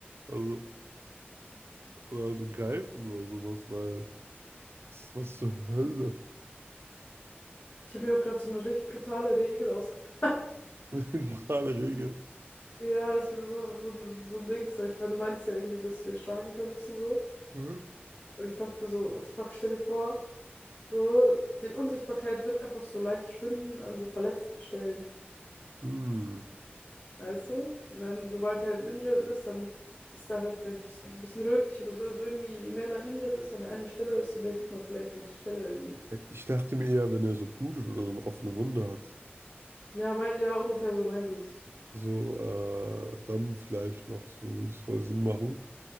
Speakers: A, on the right; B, on the left.
A: Also, oder so greifen oder sowas, weil, was, was zur Hölle?
B: Ich habe mir auch gerade so eine richtig brutale Regel ausgedacht. <laughs>
A: <laughs> Mit dem Regel.
B: Ja, ist mir so, so, ein- so ein Ding, so, ich, weil du meinst ja irgendwie, dass du den schlagen könntest und so.
A: Hä?
B: Und ich dachte mir so, what the fuck, stell dir vor, so, die Unsichtbarkeit wird einfach so leicht schwinden an so verletzten Stellen.
A: Hm.
B: Weißt du? Und dann, sobald er jetzt injured ist, dann ist er halt vielleicht ein bisschen, so ein bisschen rötlich oder so. Also irgendwie, je mehr man injured ist an einer Stelle, ist, desto mehr sieht man vielleicht so diese Stelle irgendwie.
A: Ich dachte mir eher, wenn er so blutet oder so eine offene Wunde hat,
B: Ja, mein, ja, ungefähr so meinte ich.
A: so äh, dann vielleicht noch, so würde es voll Sinn machen,